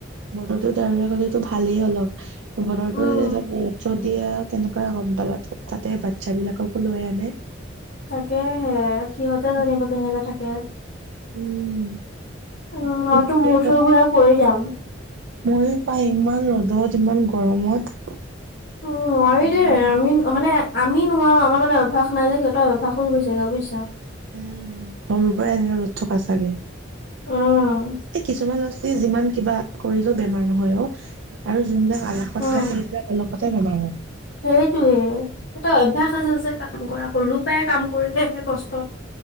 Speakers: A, on the right (about 80°); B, on the left (about 65°).
A: বতৰটো ডাৱৰীয়া কৰিলেতো ভালেই অলপ, বতৰটো
B: উম
A: <unintelligible> যদি আৰু তেনেকুৱা গম পালে, তাতে বাচ্ছাবিলাককো লৈ আনে
B: তাকেহে, সিহঁতে জানিব
A: উম।
B: কেনেকে থাকে!
A: উম।
B: অ, মইতো
A: কিনো কৰিবা
B: মূৰ চূৰ ঘূৰাই পৰি যাম।
A: ময়ো পাই, ইমান ৰ'দত, ইমান গৰমত!
B: অ', আৰু এতিয়া,
A: উম।
B: আমি অ মানে আমি নোৱাৰোঁ, আমাৰ মানে অভ্যাস নাই যে, সিহঁতৰ অভ্যাস হৈ গৈছেগৈ বুইছা?
A: উম, সৰুৰ পৰা এনেকে ৰ'দত থকা চাগে!
B: উম
A: এই কিছুমান লছালি যিমান কিবা কৰিলেও বেমাৰ নহয় অ', আৰু জোনবিলাক আলা <unintelligible>
B: উম
A: অলপতে বেমাৰ হয়।
B: সেইটোৱে, সেঁতৰ অভ্যাস আছে যে কাম কৰা, সৰুপাই কাম কৰিলে যে কষ্ট